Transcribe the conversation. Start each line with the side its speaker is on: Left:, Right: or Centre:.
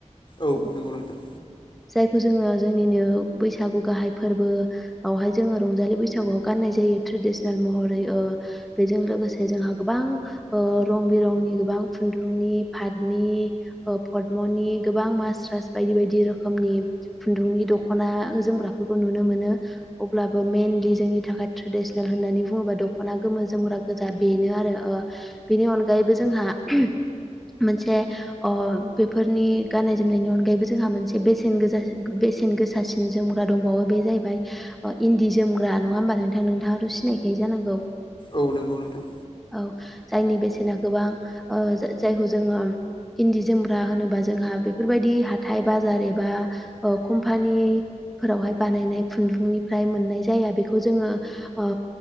Left: औ नंगौ नोंथां।
Centre: जायखौ जोङो जोंनिनो बैसागु गाहाय फोरबोआवहाय जोङो रंजालि बैसागुआव गाननाय जा यो ट्रेडिसनेल महरै। ओ बेजों लोगोसे जोंहा गोबां ओ रं बिरंनि गोबां खुन्दुंनि, फातनि, ओ फदमनि गोबां मासरास बायदि बायदि रोखोमनि खुन्दुंनि दख'ना जोमग्राफोरखौ नुनो मोनो। अब्लाबो मेइनलि जोंनि थाखाय ट्रेडिसनेल होननानै बुङोबा दख'ना गोमो, जोमग्रा गोजा बेनो आरो ओ बेनि अनगायैबो जोंहा <unintelligible> मोनसे ओ बेफोरनि गाननाय जोमनायनि अनगायैबो जोंहा मोनसे बेसेन गोजासि बेसेन गोसासिन जोमग्रा दंबावो‌। बे जाहैबाय ओ इन्दि जोमग्रा नङा होमबा नोंथां? नोंथाङाथ' सिनायखायो जानांगौ?
Left: औ नंगौ नोंथां।
Centre: औ जायनि बेसेना गोबां ओ जाय जायखौ जोङो इन्दि जोमग्रा होनोबा जोंहा बेफोरबायदि हाथाय बाजार एबा ओ कम्फानि फोरावहाय बानायनाय खुन्दुंनिफ्राय मोननाय जाया बेखौ जोङो ओ